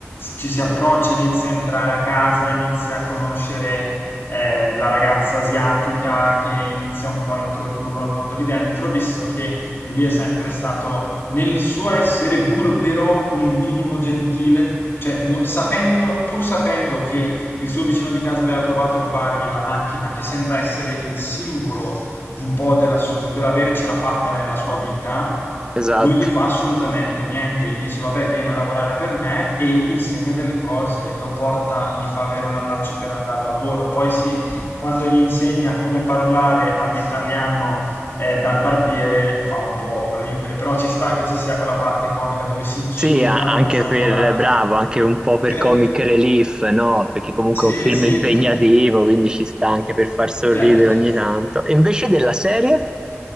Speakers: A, on the left; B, on the right.
A: ci si approccia, inizia a entrare a casa, inizia a conoscere eh, la ragazza asiatica che inizia un po' a introdurlo al mondo lì dentro, visto che lui è sempre stato nel suo essere burbero, un minimo gentile, cioè no- sapendo, pur sapendo che il suo vicino di casa aveva provato a rubargli la macchina che sembra essere il simbolo un po' della su dell'avercela fatta nella sua vita,
B: Esatto.
A: non gli fa assolutamente niente, gli dice: "Vabbè, vieni a lavorare per me" e gli insegna delle cose, lo porta gli fa avere un allaccio per andare al lavoro. Poi sì, quando gli insegna come parlare all'italiano, ehm, dal barbiere fa un po' ridere, però ci sta che ci sia quella parte comica dove si insultano
B: Sì, a- anche
A: in maniera
B: per bravo, anche un po' per
A: per
B: comic relief, no? Perché comunque
A: sì,
B: è un film
A: sì,
B: impegnativo,
A: per
B: quindi ci sta anche per far sorridere
A: certo, cer
B: ogni tanto. E invece della serie?